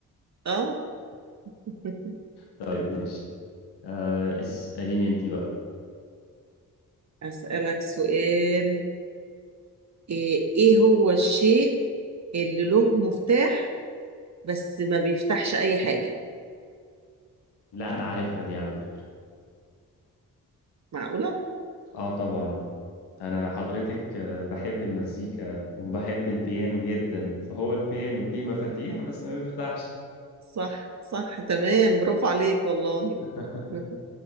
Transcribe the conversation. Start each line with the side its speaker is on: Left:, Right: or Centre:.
Right: أه <laughs>
Left: طيب ماشي آه اسأليني أنت بقى
Right: أسألك سؤال إيه, إيه هو الشيء اللي له مفتاح بس ما بيفتحش أي حاجة
Left: لا أنا عارفها دي على فكرة
Right: معقولة؟
Left: آه طبعا أنا حضرتك آه، بحب المزيكا وبحب البيانو جدا فهو البيانو ليه مفاتيح بس ما بيفتحش
Right: صح صح تمام برافو عليك والله
Left: <laughs>
Right: <laughs>